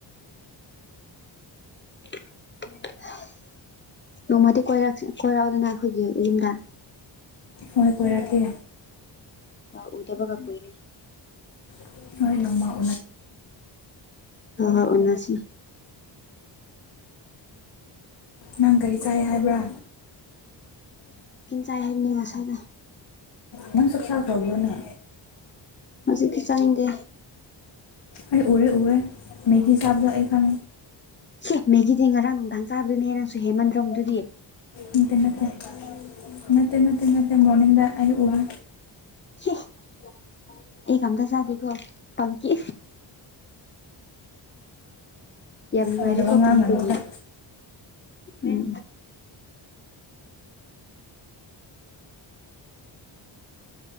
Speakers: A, on the left; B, on the left.
A: <unintelligible> ꯅꯣꯡꯃꯗꯤ ꯀꯣꯏ ꯀꯣꯏꯔꯛꯗꯅ ꯑꯩꯈꯣꯏꯒꯤ ꯌꯨꯝꯗ
B: ꯍꯣꯏ ꯀꯣꯏꯔꯛꯀꯦ
A: ꯑ ꯎꯗꯕ ꯀ ꯀꯨꯢꯔꯦ
B: ꯍꯃ
A: ꯑ ꯍ ꯑꯣꯁꯤ
B: ꯅꯪ ꯀꯔꯤ ꯆꯥꯏ ꯍꯥꯏꯕ꯭ꯔꯥ
A: ꯇꯥꯏꯕꯅꯤꯉꯁꯗ
B: ꯅꯪ ꯆꯥꯛꯆꯥꯈ꯭ꯔꯕꯅꯦ
A: ꯍꯧꯖꯤꯛꯗꯤ ꯆꯥꯅꯤꯡꯗꯦ
B: ꯑꯩ ꯎꯔꯦ ꯎꯔꯦ ꯃꯦꯒꯤ ꯁꯥꯕꯗꯦ ꯈ
A: ꯁꯦ ꯃꯦꯒꯤꯗꯤ ꯉꯔꯥꯡ ꯅꯨꯡꯗꯥꯡ ꯆꯥꯕꯗꯨꯅꯦ ꯅꯪꯁꯨ ꯍꯦꯃꯟꯗ꯭ꯔꯣꯝꯗꯨꯗꯤ
B: ꯅꯟꯇꯦ ꯅꯠꯇꯦ ꯅꯠꯇꯦ ꯅꯠꯇꯦ ꯅꯠꯇꯦ ꯃꯣꯔꯅꯤꯡꯗ ꯑꯌꯨꯕ
A: <unintelligible> ꯑꯩ ꯀꯌꯨꯝꯇ ꯆꯥꯗꯦꯀꯣ ꯄꯪꯀꯤ ꯌꯥꯝ ꯅꯨꯡꯉꯥꯏꯔꯦꯀꯣ
B: ꯑꯣꯏꯗꯕ ꯉꯥꯡꯒꯅꯨꯗ
A: ꯄꯤꯕꯤꯕꯒꯤ ꯎꯝ